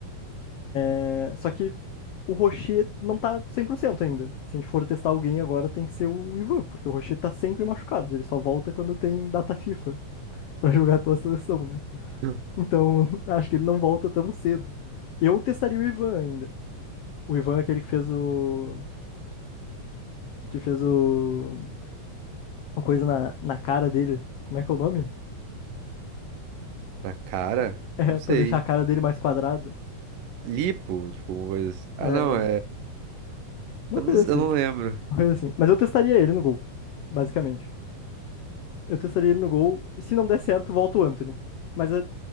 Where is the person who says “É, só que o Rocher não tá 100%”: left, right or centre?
Left